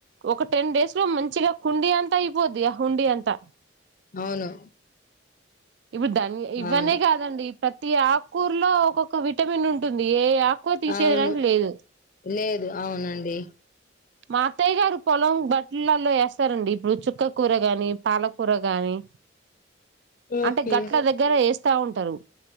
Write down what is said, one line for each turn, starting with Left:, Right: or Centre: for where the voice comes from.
Right: ఒక టెన్ డేస్ లో మంచిగా కుండీ అంతా అయిపోద్ది ఆ హుండీ అంతా
Left: అవును
Right: ఇప్పుడు దాని ఇవన్న
Left: అవును
Right: కాదండి ప్రతి ఆకూర్లో ఒక్కొక్క విటమిన్ ఉంటుంది ఏ ఆకుకూర తీసేయడానికి
Left: అవును
Right: లేదు
Left: లేదు అవునండి
Right: మా అత్తయ్య గారు పొలం బట్టలల్లో వేస్తారండి ఇప్పుడు చుక్కకూర గాని పాలకూర గాని
Left: ఓకే
Right: అంటే గట్ల దగ్గర ఏస్ వస్తా ఉంటరు